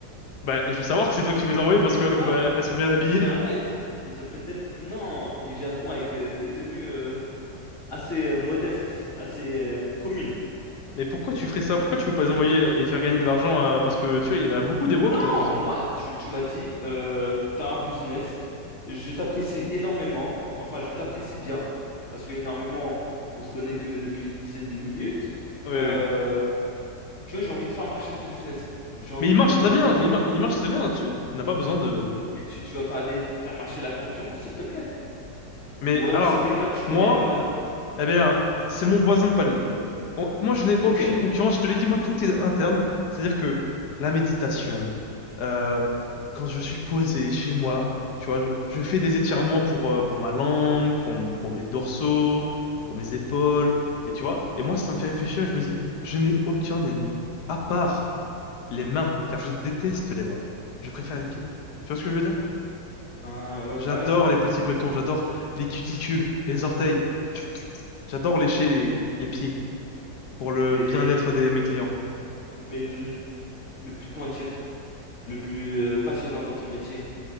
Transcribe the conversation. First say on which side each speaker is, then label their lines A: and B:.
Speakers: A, on the left; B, on the left.
A: bah je vais savoir que
B: Tu,
A: c'est toi
B: tu,
A: qui me les as
B: tu
A: envoyées
B: le
A: parce
B: verras
A: que
B: pas.
A: bah elles sont bien habillées.
B: Tu le verras pas. Ils, ils ont fait tellement. Non, ils viendront avec euh, des tenues euh, assez euh, modestes, assez euh, communes.
A: Mais pourquoi tu ferais ça? Pourquoi tu veux pas les envoyer et faire gagner de l'argent à- Parce que tu vois, il y en a beaucoup des woks
B: Non,
A: donc ils
B: moi,
A: ont.
B: tu, tu m'as dit, euh, t'as un business. Je t'apprécie énormément. Enfin, je t'apprécie bien. Parce que énormément, on se connaît que depuis une dizaine de minutes.
A: Oui,
B: Euh,
A: oui.
B: tu vois, j'ai envie de faire marcher ton business. J'ai envie
A: Mais ils
B: de,
A: marchent très bien.
B: de te
A: Mais
B: faire.
A: ils mar- ils marchent très bien. Tu tu n'as pas besoin de
B: Mais tu, tu vas pas aller faire marcher la concurrence, s'il te plaît.
A: Mais
B: Ou alors
A: alors,
B: c'est quelqu'un que tu connais
A: moi,
B: pas mal.
A: eh bien, c'est mon voisin de palier. On- Moi, je n'ai
B: Ok.
A: aucune concurrence. Je te l'ai dit, moi, tout est interne. C'est-à-dire que la méditation, euh, quand je suis posé chez moi, tu vois, je, je fais des étirements pour, euh, pour ma langue, pour, m- pour mes dorsaux, pour mes épaules, et tu vois. Et moi, ça me fait réfléchir et je me dis, je n'ai aucun ennemi, à part les mains, car je déteste les mains. Je préfère les pieds. Tu vois ce que je veux dire?
B: Ah ouais,
A: J'adore
B: bah ouais, ouais.
A: les petits petons, j'adore les cuticules, les orteils. J'adore lécher les, les pieds pour le
B: Mais,
A: bien-être de mes clients.
B: mais le, le plus, comment dire, le plus euh, passionnant dans ton métier,